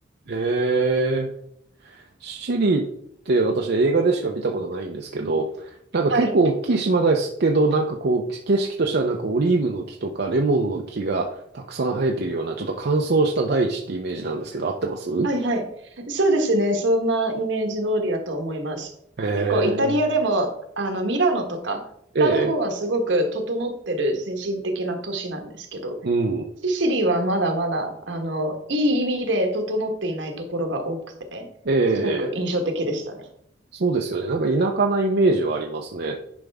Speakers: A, on the right (about 60°); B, on the right (about 75°).
A: ええシリって私映画でしか見たことないんですけど、なんか結構大きい島ですけど、
B: はい。
A: なんかこう景色としてはなんかオリーブの木とかレモンの木がたくさん生えているようなちょっと乾燥した大地ってイメージなんですけど、合ってます
B: はいはい。そうですね。そんなイメージ通りだと思います。
A: えー、
B: 結構イタリアでも、あの、ミラノとか、
A: ええ、
B: 北の方はすごく整ってる精神的な都市なんですけど、
A: うん、
B: シシリはまだまだ、あの、いい意味で整っていないところが多くて、
A: ええ、
B: すごく印象的でしたね。
A: そうですよね。なんか田舎なイメージはありますね。